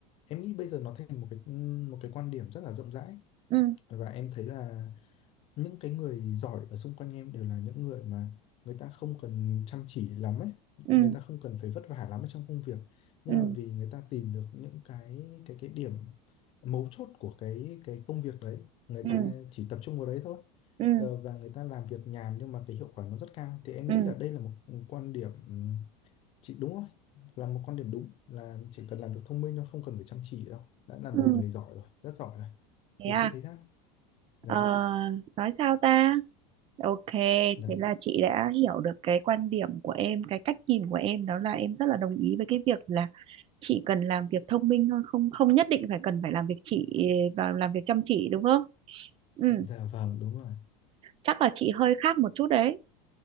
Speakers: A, on the left; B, on the right.
A: em nghĩ bây giờ nó thành một cái một cái quan điểm rất là rộng rãi
B: ừ
A: và em thấy là những cái người giỏi ở xung quanh em đều là những người mà người ta không cần chăm chỉ lắm ấy
B: ừ
A: người ta không cần phải vất vả lắm ở trong công việc nhưng
B: ừ
A: mà vì người ta tìm được những cái cái cái điểm mấu chốt của cái cái công việc đấy người
B: ừ
A: ta chỉ tập trung vào đấy thôi
B: ừ
A: Ờ, và người ta làm việc nhàn nhưng mà cái hiệu quả nó rất cao thì em
B: ừ
A: nghĩ là đây là một quan điểm ừm, chị đúng không? là một quan điểm đúng là chỉ cần làm việc thông minh thôi không cần phải chăm chỉ đâu đã là
B: ừ
A: một người giỏi rồi rất giỏi rồi
B: Thế
A: thì
B: à,
A: chị thấy sao dạ
B: ờ, nói sao ta? Ok,
A: dạ
B: thế là chị đã hiểu được cái quan điểm của em, cái cách nhìn của em đó là em rất là đồng ý với cái việc là chị cần làm việc thông minh thôi, không không nhất định phải cần phải làm việc chị và làm việc chăm chỉ đúng không? Ừ,
A: Dạ vâng, đúng rồi.
B: chắc là chị hơi khác một chút đấy.